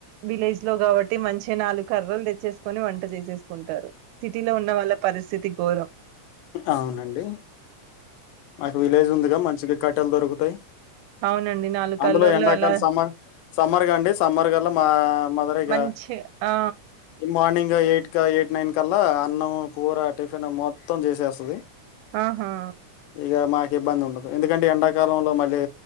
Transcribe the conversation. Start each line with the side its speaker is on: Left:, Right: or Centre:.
Right: విలేజ్ లో కాబట్టి మంచిగా నాలుగు కర్రలు తెచ్చేసుకుని వంట చేసి చేసుకుంటారు సిటీలో ఉన్న వాళ్ళ పరిస్థితి ఘరం
Left: అవునండి మాకు విలేజ్ ఉందిగా మంచిగా కట్టెలు దొరుకుతాయి
Right: అవునండి నాలుగు
Left: అందులో
Right: కర్రలు
Left: ఎండాకలు
Right: అలా
Left: సమ్మర్గా అండి సమ్మర్ గల్లా మా మదరిగా
Right: మంచి ఆ
Left: ఈ మార్నింగ్ ఇంకా ఎయిట్ క ఎయిట్ నైన్ కలా అన్నం కూర టిఫిన్ మొత్తం చేసేస్తుంది
Right: ఆహా
Left: ఇక మాకి ఇబ్బంది ఉండదు ఎందుకంటే ఎండాకాలంలో మళ్ళీ